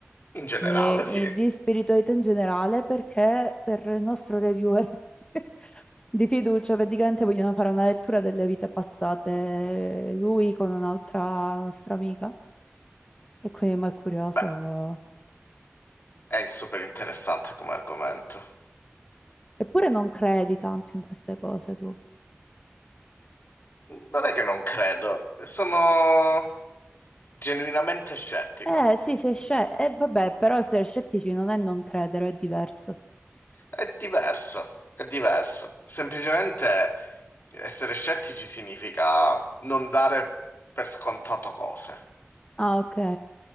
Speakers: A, on the left; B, on the left.
A: In generale,
B: E,
A: sì.
B: e di spiritualità in generale, perché per il nostro reviewer <laughs> di fiducia, praticamente vogliono fare una lettura delle vite passate, lui con un'altra nostra amica. E quindi ma è curioso.
A: Beh, è super interessante come argomento.
B: Eppure non credi tanto in queste cose tu.
A: Non è che non credo, sono genuinamente scettico.
B: Eh sì, sei scettico. Eh vabbè, però essere scettici non è non credere, è diverso.
A: È diverso, è diverso. Semplicemente essere scettici significa non dare per scontato cose.
B: Ah, ok.